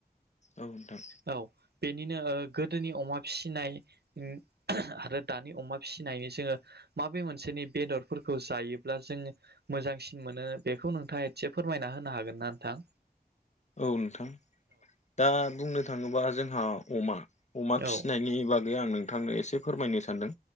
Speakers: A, on the left (about 45°); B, on the right (about 75°).
A: औ नोंथां
B: औ बेनिनो गोदोनि अमा फिसिनाय उम आरो दानि अमा फिसिनायनि जोंङो माबे मोनसे नि बेदरफोरखौ जायोब्ला जों मोजांसिन मोनो बेखौ नोंथांङा एसे फोरमायना होनो हागोन नों थां
A: औ नोंथां दा बुंनो थांङोबा जोंहा अमा अमा
B: औ
A: फिसिनायनि बागै आं नोंथांनो एसे फोरमायनो सानदों